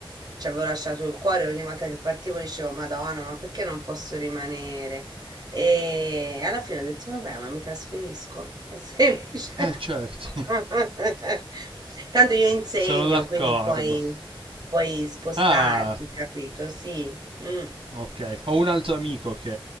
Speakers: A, on the right (about 50°); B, on the right (about 85°).
A: ci avevo lasciato il cuore, ogni volta che partivo dicevo, Madonna, ma perché non posso rimanere? E alla fine ho detto, vabbè, ma mi trasferisco, è semplice.
B: Ah, certo,
A: <laughs>
B: <laughs>
A: Tanto io insegno,
B: sono d'accordo.
A: quindi puoi, puoi spostarti,
B: Ah,
A: capito? Sì. Mm.
B: Ok, ho un altro amico che